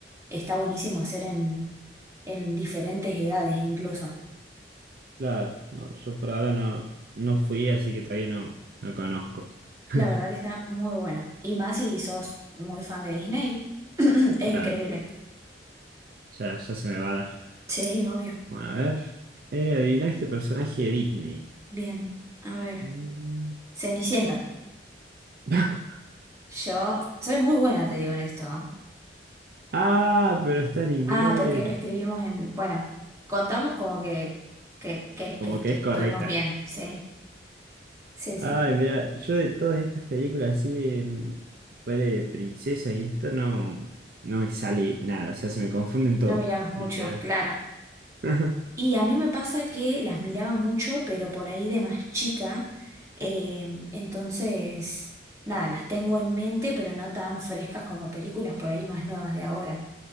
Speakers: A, on the right; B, on the right.
A: está buenísimo hacer en, en diferentes edades incluso.
B: Claro, no, yo por ahora no, no fui, así que todavía no, no conozco.
A: La
B: <laughs>
A: verdad que está muy buena. Y más si sos muy fan de Disney, <clears throat> es
B: Claro,
A: increíble.
B: ya, ya se me va a dar.
A: Sí, obvio.
B: Bueno, a ver. Eh, adivina este personaje de Disney.
A: Bien, a ver.
B: Mm.
A: Cenicienta.
B: <laughs>
A: Yo soy muy buena, te digo en esto. ¿eh?
B: Ah, pero está en inglés.
A: Ah, porque lo escribimos en, bueno, contamos como que, que, que,
B: Como
A: que estu-
B: que es correcta.
A: estuvimos bien, sí, sí,
B: Ay,
A: sí.
B: mira, yo de todas estas películas así de, mm, ponele de princesa y esto no, no me sale nada. O sea, se me confunden todos,
A: No mirabas mucho,
B: literal.
A: claro.
B: <laughs> Claro.
A: Y a mí me pasa que las miraba mucho, pero por ahí de más chica, eh, entonces, nada, las tengo en mente, pero no tan frescas como películas por ahí más nuevas de ahora.